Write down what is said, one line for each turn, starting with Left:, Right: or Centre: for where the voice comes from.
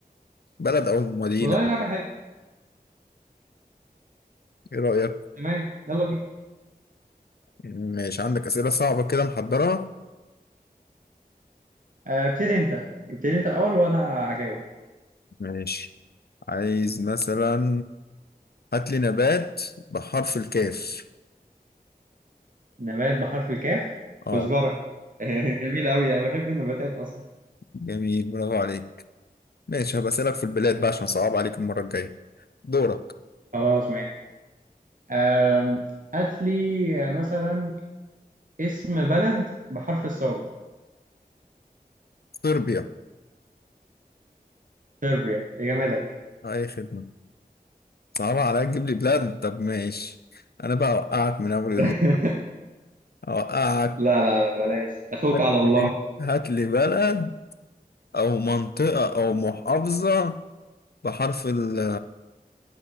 Left: بلد أو مدينة
Right: والله لعبة حلوة
Left: إيه رأيك؟
Right: تمام يلا بينا
Left: ماشي عندك أسئلة صعبة كده محضرة
Right: آه، ابتدي انت ابتدي انت الاول وانا هجاوب
Left: ماشي عايز مثلا هات لي نبات بحرف الكاف
Right: نبات بحرف الكاف
Left: اه
Right: كزبرة <laughs> جميل قوي انا بحب النباتات اصلا
Left: جميل برافو عليك ماشي هبقى أسألك في البلاد بقى عشان صعب عليك المرة الجاية دورك
Right: خلاص ماشي آم، هات لي آه، مثلا اسم بلد بحرف الصاد
Left: صربيا
Right: صربيا يا جمالك
Left: أي خدمة صعبة عليك تجيب لي بلاد طب ماشي أنا بقى أوقعك من أول الليل
Right: <laughs>
Left: أوقعك
Right: لا لا لا بلاش اخوك
Left: هات
Right: على الله
Left: لي هات لي بلد أو منطقة أو محافظة بحرف ال...